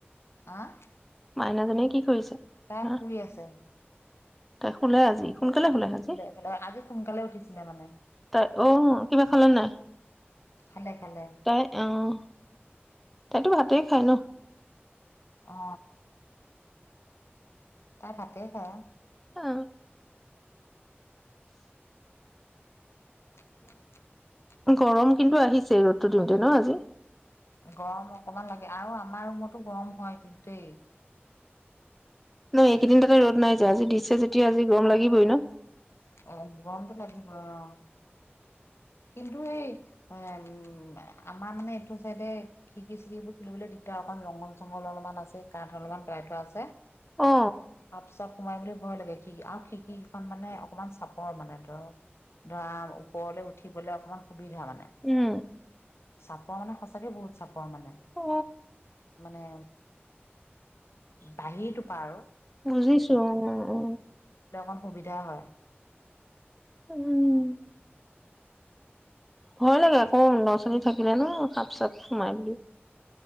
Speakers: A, on the left (about 80°); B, in the centre.
A: আঃ
B: মাইনা জনিয়ে কি কৰিছে
A: তাই
B: না
A: শুই আছে
B: তাই খোলে আজি সোনকালে শুলে আজি
A: শুলে আজি সোনকালে উঠিছিলে মানে
B: তাই অ' কিবা খালে নে নাই
A: খালে খালে
B: তাই আহ তাইতো ভাতেই খায় ন
A: অ তাই ভাতেই খাই
B: অ
A: <unintelligible>
B: গৰম কিন্তু আহিছে ৰ'দতো দিওঁতে ন আজি
A: গৰম অকমান লাগে আৰু আমাৰ ৰুমতো গৰম হয় কিন্তু দেই
B: উ এই এইকেইদিন তাতে ৰ'দ নাই যে আজি দিছে যেতিয়া আজি গৰম লাগিবই ন
A: অ গৰমটো লাগি অঁঃ কিন্তু এই এম আমাৰ মানে এইটো চাইডে খিৰিকি চিৰিকিবোৰ খুলিবলৈ দিগদাৰ অকমান জংগল চংঘল অলপমান আছে কাঠ অলপমান পেলায় থোৱা আছে
B: অ
A: সাপ চাপ সোমাই বুলি ভয় লাগে খিৰিকি আৰু খিৰিকি কেইখন মানে অকমান চাপৰ মানে ধৰক ধৰা ওপৰলৈ উঠি উঠিবলৈ অকণমান সুবিধা মানে
B: উম
A: চাপৰ মানে সঁচাকে বহুত চাপৰ। তামানে
B: অ
A: মানে বাহিৰ টোপা আৰু
B: বুজিছো অ অ।
A: অসুবিধা হয়।
B: উম ভয় লাগে আকৌ লৰা ছোৱালী থাকিলে ন সাপ চাপ সোমাই বুলি।